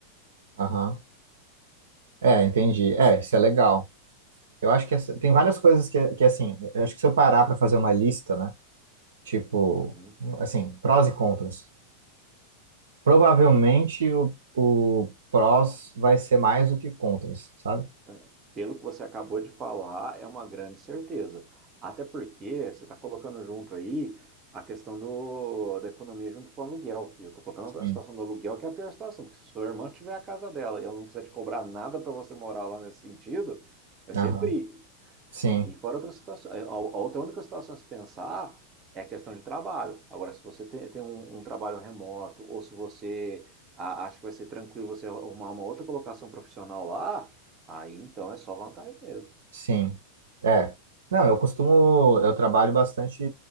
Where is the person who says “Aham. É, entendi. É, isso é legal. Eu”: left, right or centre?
Right